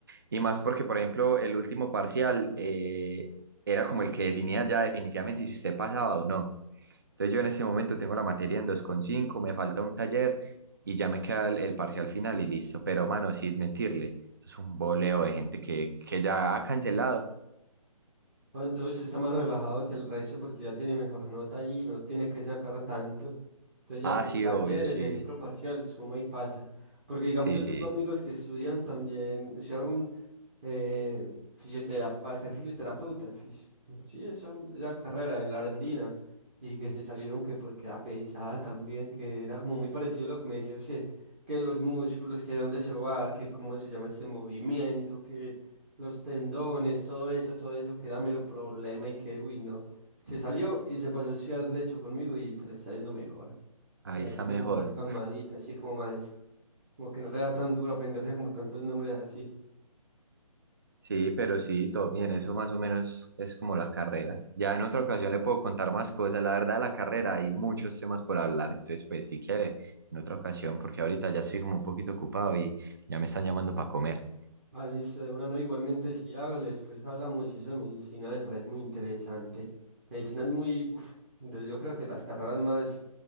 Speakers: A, on the right (about 35°); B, on the right (about 20°).
A: Y más porque, por ejemplo, el último parcial eh, era como el que definía ya definitivamente si usted pasaba o no. Entonces yo en ese momento tengo la materia en dos coma cinco me falta un taller y ya me queda el, el parcial final y listo. Pero, mano, sin mentirle, eso es un boleo de gente que, que ya ha cancelado
B: Ah, entonces está más relajado que el resto porque ya tiene mejor nota ahí y no tiene que sacar tanto. Entonces ya
A: Ah,
B: con
A: sí,
B: el taller,
A: obvio, sí.
B: el, el otro parcial, suma y pasa. Porque digamos,
A: Sí,
B: yo
A: sí.
B: tengo amigos que estudian también, estudiaron eh, fisiotera- para ser fisioterapeuta. fis- Sí, sí, esa, esa carrera en la Argentina. Y que se salieron que porque era pesada también, que era como muy parecido a lo que me dice usted, que los músculos, que de dónde se va a dar, que cómo se llama ese movimiento, que los tendones, todo eso, todo eso, que era mero problema y que, uy, no. Se salió y se pasó a estudiar derecho conmigo y pues le está yendo mejor.
A: Ahí
B: Que la
A: está
B: gente
A: mejor.
B: como más Bueno. calmadita, así como más, como que no le da tan duro aprenderse como tantos nombres así.
A: Sí, pero sí, todo bien. Eso más o menos es como la carrera. Ya en otra ocasión le puedo contar más cosas. La verdad, la carrera hay muchos temas por hablar. Entonces, pues, si quiere, en otra ocasión, porque ahorita ya estoy como un poquito ocupado y ya me están llamando para comer.
B: Ah, listo, de una no, igualmente sí, hágale, después hablamos y eso de medicina me parece muy interesante. Medicina es muy, uff, yo creo que las carreras más,